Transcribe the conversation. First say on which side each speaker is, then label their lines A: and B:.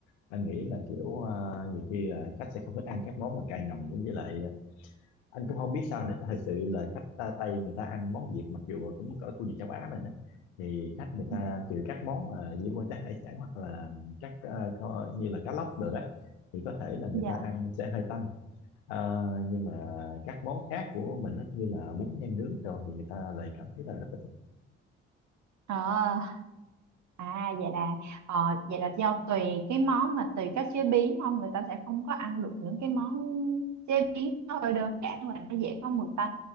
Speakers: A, on the left; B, on the right.
A: anh nghĩ là kiểu ờ, nhiều khi là khách sẽ không thích ăn các món mà cay nồng với lại ờ, anh cũng không biết sao nữa thật sự là khách ta Tây người ta ăn món Việt mặc dù cũng ở khu vực châu Á mình á thì khách người
B: Ừ.
A: ta trừ các món mà liên quan tới hải sản hoặc là các ờ, kho- như là cá lóc rồi đó thì có thể là người
B: dạ
A: ta ăn sẽ hơi tanh Ờ, nhưng mà các món khác của mình á, như là bún nem nướng rồi thì người ta lại cảm thấy là rất là
B: Ờ À vậy là ờ, vậy là do tùy cái món mà tùy cách chế biến không người ta sẽ không có ăn được những cái món chế biến nó hơi đơn giản và nó dễ có mùi tanh